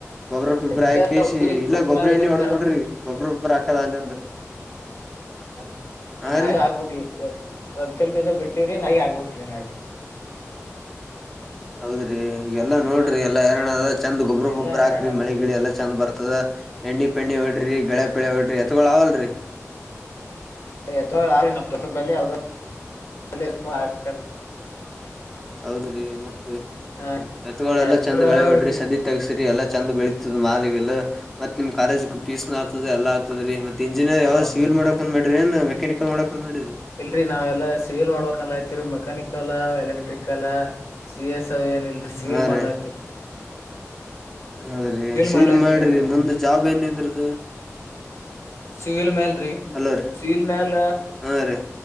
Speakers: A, in the centre; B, on the left (about 60°).
A: ಗೊಬ್ರೊಪಿಬ್ರ
B: ಇದ
A: ಹಾಕೆಸಿ
B: ಊರಿಗ್
A: ಇಲ್ಲ ಗೊಬ್ರ
B: ಇನ್ನ
A: ಎಣ್ಣಿ ಹೊಡದ್
B: ಕರವ್
A: ಬಿಡ್ರಿ ಗೊಬ್ಬ್ರ ಗಿಬ್ಬ್ರ ಹಾಕದ ಆಗ್ಲಿಲ್ಲ ಅಂದ್ರ
B: <unintelligible> ಹಾ
A: ಹಾ
B: ನಾವಿ
A: ರೀ
B: ಆಗ್ಬಬೇಕ ಒಂದ್ ಸ್ವಲ್ಪ ಇದ ಬಿಟ್ಟಿವ್ರೀ ನಾಯಿ ಆಗ್ಬಬೇಕಕ್ರಿ ನಾಗೆ.
A: ಹೌದ್ರಿ ಈಗ್ ಎಲ್ಲ ನೋಡ್ರಿ
B: ಹಾ ರೀ
A: ಎಲ್ಲಾ ಎರಡದ್ ಚಂದ ಗೊಬ್ಬ್ರೊಬ್ರಾಕ್ರಿ
B: ಎಲ್ಲಾ ಹೈರಾಣ ಆಗ್ಬಿಟ್ಟಿವ್ರಿ
A: ಮಳೆ ಗಿಳ ಎಲ್ಲ ಚಂದ್ ಬರ್ತದ. ಎಣ್ಣಿ ಪೆಣ್ಣಿ ಹೊಡ್ರಿ ಗಳೆ ಪಳೆ ಹೊಡ್ರಿ ಎತ್ಗಳು ಅವಲ್ರಿ.
B: ಎತ್ಗಳ್ <unintelligible> <unintelligible> <unintelligible>
A: ಹೌದ್ರಿ ಮತ್
B: ಹಾ ರೀ
A: ಎತ್ತುಗಳೆಲ್ಲಾ
B: ಟ್ರ್ಯಾಕ್ಟರ್
A: ಚಂದ್ ಗಳೆ ಬಿಡ್ರಿ
B: ಇಲ್ರಿ
A: ಸದಿ ತಗಸ್ರರಿ ಎಲ್ಲಾ
B: ಹಾ
A: ಚಂದ
B: ರೀ
A: ಬೆಳ ಮಾಗೆಲ್ಲ ಮತ್ತತ್ ನಿಮ್ ಕಾಲೇಜ ಫೀಸ್ ನ ಆತದೆ ಎಲ್ಲ ಆತದರಿ ಮತ್ತೆ ಇಂಜಿನಿಯರ್
B: ಹಾ
A: ಯಾವ್ದ ಸಿವಿಲ್
B: ಬ-
A: ಮಾಡ ಅಂದ ಮಾಡ್ರಿ ಏನ್ ಮೆಕಾನಿಕಲ್ ಮಾಡಕ್ ಅಂದ್ ಮಾಡಿರಿ.
B: ಇಲ್ರರಿ ನಾವೆಲ್ಲಾ ಸೇಲ್ ಮಾಡ್ಬೇಕಲ್ಲಯತಿವೀ mechanical electrical. C S I ಏನಿಲ್ರರಿ ಸಿ
A: ಹಾ
B: ಎಲ್ ಮಾಡ್ಲಾ
A: ರೀ
B: ತಿರಿ.
A: ಹೌದ್ರಿ ಸೀಲ್
B: ಮಾಡ್ಲಾತ್ತೀವ್ರಿ
A: ಮಾಡ್ರಿ
B: ನಾವ್
A: ಮುಂದೆ ಜಾಬ್ ಏನ್ಂದ್ರದು.
B: ಸೀಲ್ ಮೇಲ್ ರಿ
A: ಅಲ್ಲರಿ
B: ಸೀಲ್ ಮೇಲ.
A: ಹಾ ರೀ